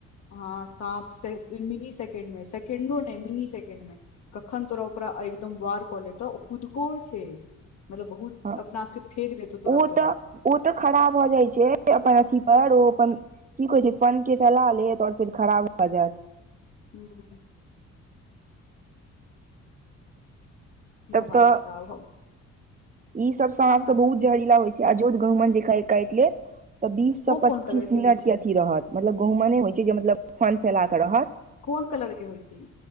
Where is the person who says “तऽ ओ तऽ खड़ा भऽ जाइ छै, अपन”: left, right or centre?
Right